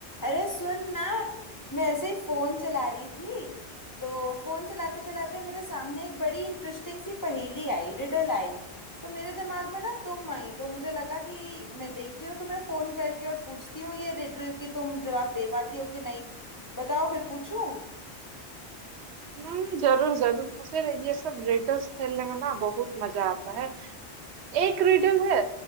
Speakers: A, on the left; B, on the right.
A: अरे सुन ना मैं ऐसे ही फोन चला रही थी तो फोन चलाते चलाते मेरे सामने एक बड़ी इंटरेस्टिंग सी पहेली आई रिडल आई तो मेरे दिमाग में ना तुम आई तो मुझे लगा कि मैं देखती हूँ तुम्हें फोन करके और पूछती हूँ ये रिडल की तुम जवाब दे पाती हो कि नहीं बताओ फिर पूछूं
B: हम्म जरूर जरूर मुझे ये सब रिडल्स खेलने में ना बहुत मजा आता है एक रिडल है